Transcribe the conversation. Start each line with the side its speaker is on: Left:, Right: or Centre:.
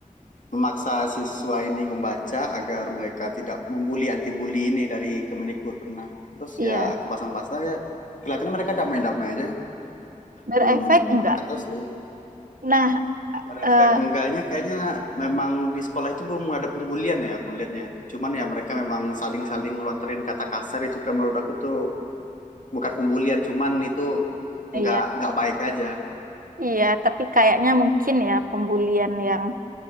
Left: memaksa siswa ini membaca agar mereka tidak membuli anti bully ini dari Kemendikbud pernah. Terus
Right: Iya.
Left: ya aku pasang-pasang ya kelihatannya mereka damai-damai aja
Right: Berefek
Left: belum
Right: enggak?
Left: atau sih
Right: Nah,
Left: Berefek
Right: eh,
Left: enggaknya kayaknya memang di sekolah itu belum ada pembulian ya aku lihatnya. Cuman ya mereka memang saling-saling ngelontarin kata kasar itu kan menurut aku tuh bukan pembulian cuman itu
Right: iya,
Left: enggak enggak baik aja.
Right: iya. Tapi kayaknya mungkin ya pembulian yang